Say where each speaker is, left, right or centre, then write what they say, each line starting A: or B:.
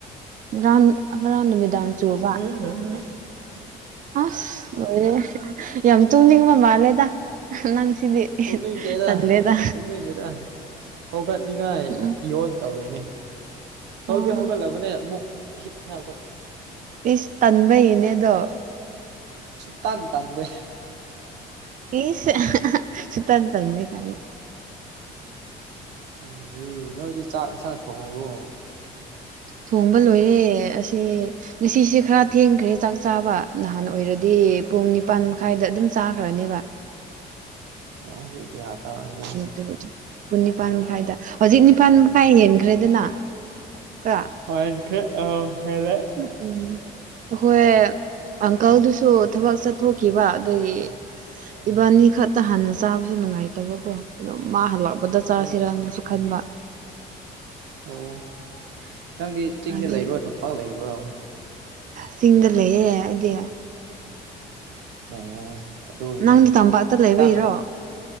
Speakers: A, on the right (about 50°); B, on the right (about 85°).
A: ꯉꯔꯥꯟ ꯉꯔꯥꯡ ꯅꯨꯃꯤꯗꯥꯡ ꯆꯨꯕ
B: ꯎꯝꯎꯝ
A: ꯑꯁ ꯂꯣꯏꯔꯦ ꯌꯥꯝ ꯇꯨꯅꯤꯡꯕ ꯃꯥꯜꯂꯦꯗ ꯅꯪꯁꯤꯗꯤ
B: ꯇꯨꯝꯅꯤꯡꯗꯦꯗ
A: ꯇꯜꯂꯦꯗ
B: ꯇꯨꯝꯅꯤꯡꯗꯦꯗ ꯍꯧꯒꯠꯅꯤꯡꯉꯥꯏ
A: ꯎꯝ
B: ꯌꯣꯟ ꯇꯧꯔꯤꯅꯦ ꯍꯧꯗꯤ
A: ꯑꯣ
B: ꯍꯧꯒꯠꯂꯕꯅꯦ ꯑꯃꯨꯛ ꯍꯤꯞꯊꯥꯕ
A: ꯏꯁ ꯇꯟꯕꯩꯅꯦ ꯑꯗꯣ
B: ꯁꯨꯛꯇꯟ ꯇꯟꯗꯦ
A: ꯏꯁ ꯁꯨꯛꯇꯟ ꯇꯟꯗꯦ ꯀꯥꯏꯅ
B: ꯈꯪꯗꯤꯌꯦ ꯅꯣꯏꯗꯤ ꯆꯥꯛ ꯆꯥꯛ ꯊꯣꯡꯉꯕꯣ
A: ꯊꯣꯡꯕ ꯂꯣꯏꯔꯦ ꯑꯁꯤ ꯉꯁꯤꯁꯦ ꯈꯔ ꯊꯦꯡꯈ꯭ꯔꯦ ꯆꯥꯛ ꯆꯥꯕ ꯅꯍꯥꯟ ꯑꯣꯏꯔꯗꯤ ꯄꯨꯡ ꯅꯤꯄꯥꯟ ꯃꯈꯥꯏꯗ ꯑꯗꯨꯝ ꯆꯥꯈ꯭ꯔꯅꯦꯕ
B: ꯅꯍꯥꯟꯃꯨꯛ ꯌꯥ ꯇꯥꯔꯗꯤ
A: ꯆꯥꯕꯗꯨ ꯄꯨꯡ ꯅꯤꯄꯥꯜ ꯃꯈꯥꯏꯗ ꯍꯧꯖꯤꯛ ꯅꯤꯄꯥꯜ ꯃꯈꯥꯏ ꯍꯦꯟꯈ꯭ꯔꯦꯗꯅ ꯈꯔ
B: ꯍꯦꯟꯈ꯭ꯔꯦ ꯑꯥ ꯍꯦꯜꯂꯦ
A: ꯎꯝ ꯎꯝ ꯑꯈꯣꯏ ꯑꯪꯀꯜꯗꯨꯁꯨ ꯊꯕꯛ ꯆꯠꯊꯣꯛꯈꯤꯕ ꯑꯗꯨꯒꯤ ꯏꯕꯥꯅꯤ
B: ꯎꯝ
A: ꯈꯛꯇ ꯍꯥꯟꯅ ꯆꯥꯕꯁꯨ ꯅꯨꯡꯉꯥꯏꯇꯕꯀꯣ ꯑꯗꯣ ꯃꯥ ꯍꯜꯂꯛ ꯄꯗ ꯆꯥꯁꯤꯔꯅꯁꯨ
B: ꯑꯣ
A: ꯈꯟꯕ
B: ꯑꯣ ꯅꯪꯗꯤ ꯆꯤꯡꯗ
A: ꯑꯗꯨ
B: ꯂꯩꯕ꯭ꯔꯣ ꯇꯝꯄꯥꯛ ꯂꯩꯕ꯭ꯔꯣ
A: ꯆꯤꯡꯗ ꯂꯩꯌꯦ ꯑꯩꯗꯤ
B: ꯑꯣ ꯑꯗꯨꯒꯤꯅꯦ
A: ꯅꯪꯗꯤ ꯇꯝꯄꯥꯛꯇ ꯂꯩꯕꯩꯔꯣ
B: ꯆꯥꯛ